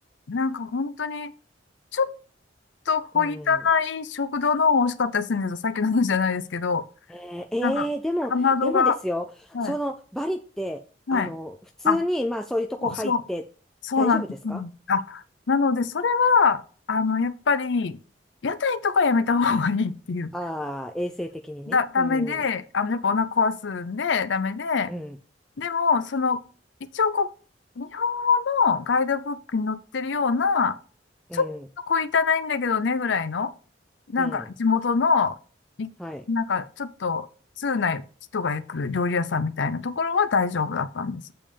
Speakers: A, on the left; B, in the centre.
A: なんか本当に、ちょっと小汚
B: うん。
A: い食堂の方が美味しかったりするんですよ。さっきの話じゃないですけど、
B: えー、えーでも、
A: なんか、かまどが、
B: でもですよ、
A: はい、
B: そのバリって、
A: はい。
B: あの、普通に、
A: あ、
B: まあそういうとこ入って大丈夫ですか
A: そうそう、そうなんです。そうなんです。あ、なので、それは、あの、やっぱり、屋台とかやめた方がいいっていう。
B: ああー、衛生的にね。
A: だ、ダメで、
B: うん、う
A: あの、やっぱお腹壊すんで、ダメで、
B: ん、
A: でも、その、一応こう、日本語のガイドブックに載ってるような、
B: うん、
A: ちょっと小汚いんだけどねぐらいの、なんか地元の、
B: うん。
A: いなんかちょっと通な人が行く料理屋さんみたいなところは大丈夫だったんです。
B: はい。